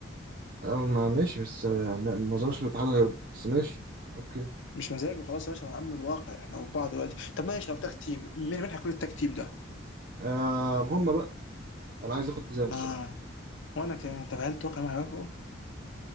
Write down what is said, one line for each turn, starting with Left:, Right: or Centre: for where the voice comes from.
Right: اه، ما ماشي بس اه، ما ما أظنش الاتحاد هيرضى بس ماشي أوكي
Left: مش مزاج وخلاص يا باشا يا عم الواقع احنا وبعض دلوقتي طب ماشي لو تاك تيم مين مين هيكون التاك تيم ده؟
Right: آه هم بقى أنا عايز آخد حزام الصراحة
Left: آه وأنا كمان طب هل توقع ما يعرفه؟